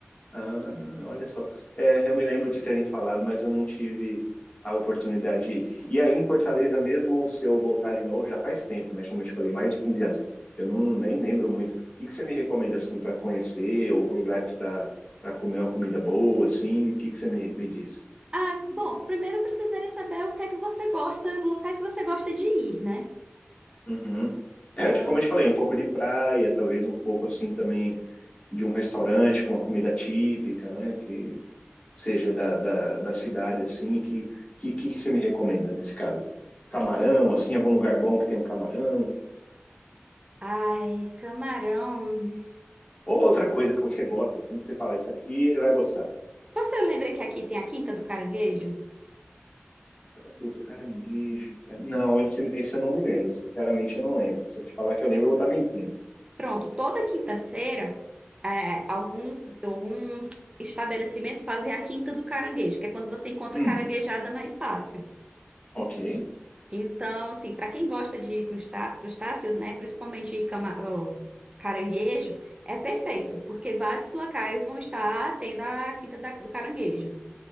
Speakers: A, on the left; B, on the right.
A: Ah, olha só. É, eu me lembro de terem falado, mas eu não tive a oportunidade de ir. E aí em Fortaleza mesmo, se eu voltar de novo, já faz tempo, né? Como eu te falei, mais de 15 anos. Eu não nem lembro muito. O que que você me recomenda assim para conhecer ou lugares para para comer uma comida boa assim? O que que você me, me diz?
B: Ah, bom, primeiro eu precisaria saber o que é que você gosta, locais que você gosta de ir, né?
A: Uhum.
B: Ah,
A: É, eu te- como eu te falei, um pouco de praia, talvez um pouco assim também de um restaurante com uma comida típica, né? seja da, da, da cidade, assim, que, que, que que você me recomenda nesse caso? Camarão,
B: hum.
A: assim, algum lugar bom que tem um camarão?
B: Ai, camarão.
A: Ou outra coisa que você gosta, assim, que você fala, isso aqui ele vai gostar.
B: Você lembra que aqui tem a Quinta do Caranguejo?
A: Do caranguejo, cara... Não, esse, esse eu não me lembro, sinceramente eu não lembro. Se eu te falar que eu lembro, eu vou estar mentindo.
B: Pronto, toda quinta-feira, é, alguns, alguns estabelecimentos fazem a Quinta do Caranguejo, que é quando você encontra
A: Hum,
B: caranguejada mais fácil.
A: ok.
B: Então, assim, para quem gosta de crustá- crustáceos, né, principalmente cama- ó, caranguejo, é perfeito, porque vários locais vão estar tendo a Quinta da- do Caranguejo.